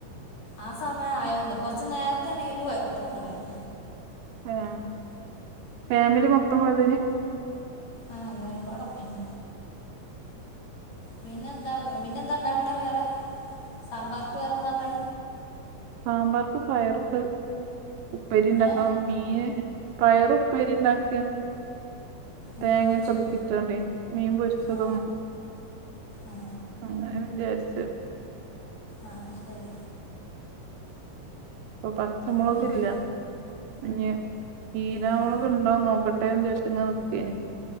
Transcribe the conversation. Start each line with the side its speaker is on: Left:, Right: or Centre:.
Left: ആ സമയം ആയോണ്ട് കുറച്ച് നേരേത്തേ ആണ് ഒരു കുഴപ്പോണ്ടാവില്ല
Right: ആഹ് ഫാമിലി മൊത്തം പോയതിന്
Left: ആഹ് എല്ലാരും പാട പോയന് പിന്നെന്താ പിന്നെന്താ ഉണ്ടാക്കണേ വേറെ സാമ്പാർക്ക് വേറെ എന്താ ഉള്ളേ
Right: സാമ്പാർക്ക് പയറുണ്ട് ഉപ്പേരി ഉണ്ടാക്കാം
Left: ഏ
Right: മീന് പയറ ഉപ്പേരി ഉണ്ടാക്കിയ
Left: മീൻ
Right: തേങ്ങയൊക്കെ
Left: പൊരിച്ചോ
Right: അത് കിട്ടണ്ടേ മീൻ പൊരിച്ചതും
Left: ആ ആ
Right: അങ്ങനെ വിചാരിച്ച്
Left: ആഹ് ശരി
Right: ഇപ്പൊ പച്ചമുളകില്ല
Left: പിന്നെ
Right: ഇഞ്ഞ് ഹീരാമുളക്
Left: ഉം.
Right: ഉണ്ടോനോക്കട്ടെന്ന് ചാരിച്ച് ഇങ്ങ നിക്കനി